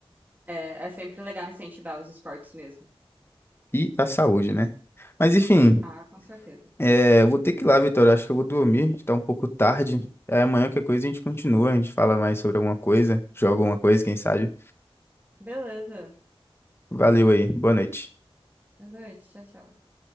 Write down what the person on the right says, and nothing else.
É, é sempre legal incentivar os esportes mesmo.
Ah, com certeza.
Beleza.
Boa noite. Tchau, tchau.